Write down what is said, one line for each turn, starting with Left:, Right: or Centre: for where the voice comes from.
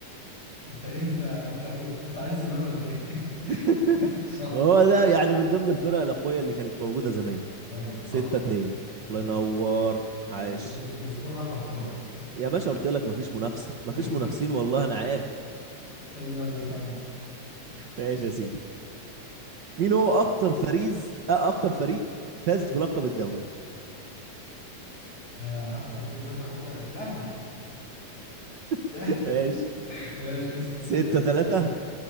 Left: انت ايه انت انت كنت عايز زمان ولا ايه
Right: <laughs>
Left: <laughs> صح
Right: هو ده يعني من ضمن الفرق الاقوية اللي كانت موجودة زمان
Left: أيوه
Right: ستة
Left: صح
Right: اتنين
Left: ستة
Right: الله ينور
Left: يعني
Right: عاش
Left: السكور راح لك خالص
Right: يا باشا قلت لك مفيش منافسة مفيش
Left: <laughs>
Right: منافسين والله انا عارف
Left: طب يلا كمل
Right: ماشي يا سيدي مين هو اكتر فريز أه اكتر فريق فاز بلقب الدوري
Left: آه، اكتر فريق فاز برقم آه، الاهلي <laughs>
Right: <laughs> ماشي
Left: ماشي كده 6
Right: ستة
Left: 6
Right: تلاتة